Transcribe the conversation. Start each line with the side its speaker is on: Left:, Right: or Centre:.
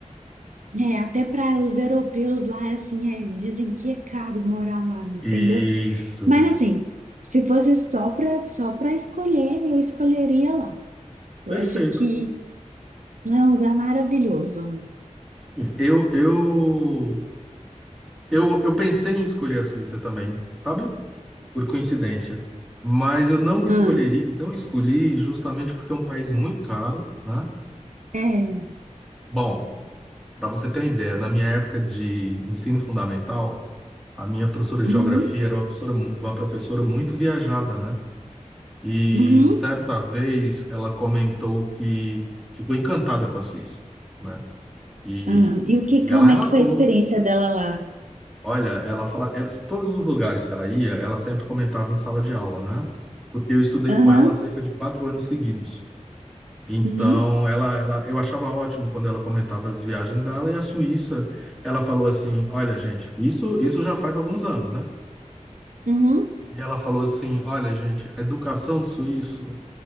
Right: É, até para os europeus lá, assim, é, dizem que é caro morar lá, entendeu?
Centre: Isso,
Right: Mas assim, se fosse só para só para escolher, eu escolheria lá. Eu
Centre: perfeito.
Right: acho que lá é um lugar maravilhoso.
Centre: Eu, eu, eu, eu pensei em escolher a Suíça também, sabe? Por coincidência. Mas eu não escolheria,
Right: Hum.
Centre: não escolhi justamente porque é um país muito caro, né?
Right: É.
Centre: Bom, para você ter uma ideia, na minha época de ensino fundamental, a minha professora de
Right: Uhum,
Centre: geografia era uma professora, uma professora muito viajada, né? E
Right: uhum,
Centre: certa vez ela comentou que ficou encantada com a Suíça, né? E,
Right: Ah, e o
Centre: e
Right: que, como
Centre: ela relatou,
Right: é que foi a experiência dela lá?
Centre: olha, ela fala, ela- todos os lugares que ela ia, ela sempre comentava em sala de aula, né? Porque eu estudei
Right: Aham,
Centre: com ela há cerca de quatro anos seguidos. Então,
Right: uhum,
Centre: ela, ela, eu achava ótimo quando ela comentava as viagens dela e a Suíça, ela falou assim, olha, gente, isso, isso já faz alguns anos, né?
Right: uhum,
Centre: E ela falou assim, olha, gente, a educação do suíço